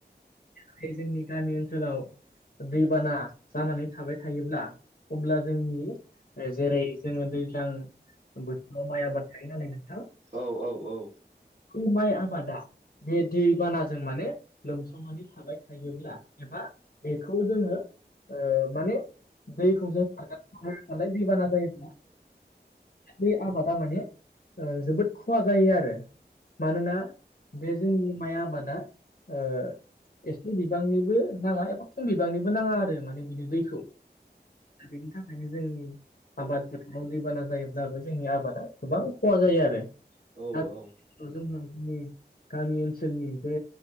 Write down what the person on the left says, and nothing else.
बे जोंनि गामि ओनसोलाव दैबाना जानानै थाबाय थायोब्ला अब्ला जोंनि जेरै जोंङो दैज्लां बोथोराव माइ आबाद थायो नालाय नोंथां
बे माइ आबादा बे दै बानाजों माने लोमसावनानै थाबाय थायोब्ला एबा बेखौ जोंङो माने दैखौ जों सारगारोनालाय दैबाना जायोब्ला बे आबादा माने जोबोद खहा जायो आरो मानोना बे जोंनि माइ आबादा ओ एसे बिबांनिबो नाङा एबा खम बिबांनिबो नाङा आरो माने बिनि दैखौ दा बेनि थाखायनो जों आबाद फोथाव दैबाना जायोब्लाबो जोंनि आबादा गोबां खहा जायो आरो।
दा
<unintelligible> गामि ओनसोलनि बे